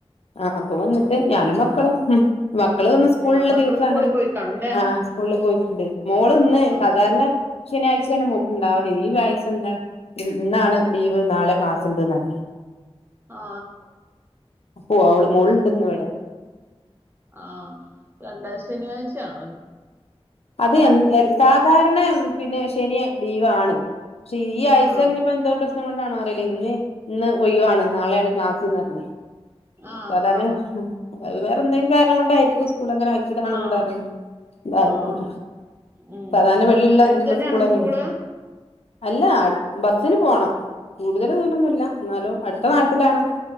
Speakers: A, on the left (about 70°); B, on the right (about 20°).
A: ആഹ് അപ്പൊ വന്നിട്ട്
B: ആഹ്
A: ഞാനും മക്കളും ഉം മക്കള് ഇന്ന് സ്കൂൾ
B: ആഹ്
A: ഉള്ള
B: മക്കള്
A: ദിവസാണ്
B: സ്കൂളിൽ പോയി കാണുംല്ലേ?
A: ആ സ്കൂള് പോയി ഉണ്ട് മോള് ഇന്ന്
B: ആഹ്
A: സാധാരണ ശനിയാഴ്ചയാണ് മോൾക്ക് ഇണ്ടാവ പിന്നെ ഈ ആഴ്ച എന്താ ഇന്നാണ് ലീവ് നാളെ ക്ലാസ് ഇണ്ടെന്ന പറഞ്ഞേ
B: ആ
A: ഉവ്വ ഓള് മോള് ഇണ്ടെന്ന് ഇവിടെ
B: ആ രണ്ടാഴ് ശനിയാഴ്ച്ചയാണോ
A: അതെ സാധാരണ പിന്നെ ശനി ലീവാണ് പക്ഷെ ഈ ആഴ്ച്ച
B: ആഹ്
A: ഇനി ഇപ്പ എന്തുവാ പ്രശ് ശ്നം കൊണ്ടാണോ അറിയില്ല ഇന്ന് ഇന്ന് ഒയിവാണ് നാളെയാണ് ക്ലാസ്സെന്ന് പറഞ്ഞത്
B: ആഹ്
A: സാധാരണ
B: ആഹ്
A: അത് വേറെയെന്തെങ്കിലും കാരണം കൊണ്ടായിരിക്കും സ് സ്കൂളങ്ങനെ വെച്ചതാണോ
B: ആഹ്
A: എന്താ അറിയില്ല എന്തായി
B: ആഹ്
A: ക്കും
B: ഉം
A: സാധാരണ വെള്ളി ഉള്ള
B: അടുത്ത്
A: ഉള്ള
B: തന്നെയാണോ
A: സ്ക്കൂൾ ആണ്
B: സ്കൂള്?
A: അല്ല അടു ബസ്സിന് പോണം കൂടുതല് ദൂരമൊന്നും ഇല്ല എന്നാലും അടു ത്ത നാട്ടിലാണ്